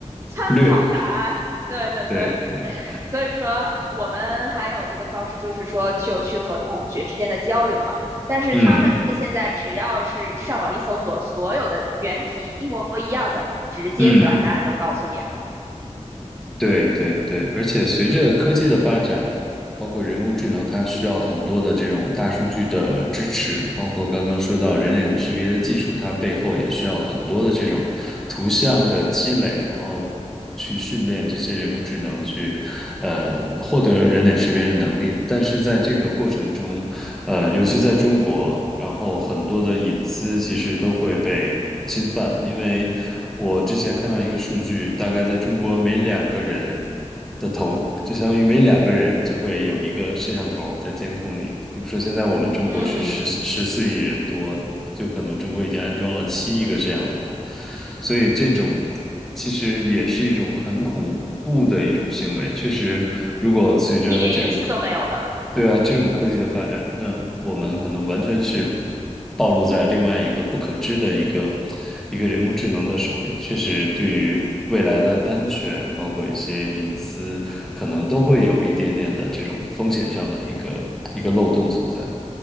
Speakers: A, on the right (about 25°); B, in the centre.
A: 参考答案。
B: 略，
A: <laughs> 对对对，
B: 对对，
A: 所以说我们还有这个方式，就是说就去和同学之间的交流嘛。但是他们现在只要是上网一搜索，
B: 嗯
A: 所有的原题一模一样的，直接把答案都告诉你了，
B: 嗯，对对对，而且随着科技的发展，包括人工智能，它需要很多的这种大数据的支持，包括刚刚说到人脸识别的技术，它背后也需要很多的这种图像的积累，然后去训练这些人工智能去，呃，获得人脸识别的能力。但是在这个过程中，呃，尤其在中国，然后很多的隐私其实都会被侵犯，因为我之前看到一个数据，大概在中国每两个人的，就相当于每两个人就会有一个摄像头在监控你。比如说现在我们中国是十十四亿人多，
A: 嗯
B: 就可能中国已经安装了七亿个摄像头，所以这种其实也是一种很恐怖的一种行为。确实，如果随着这种
A: 一点隐私都没有了。
B: 对啊，这种科技的发展，那我们可能完全是暴露在另外一个不可知的一个一个人工智能的手里。确实，对于未来的安全，包括一些隐私，可能都会有一点点的这种风险上的一个一个漏洞存在。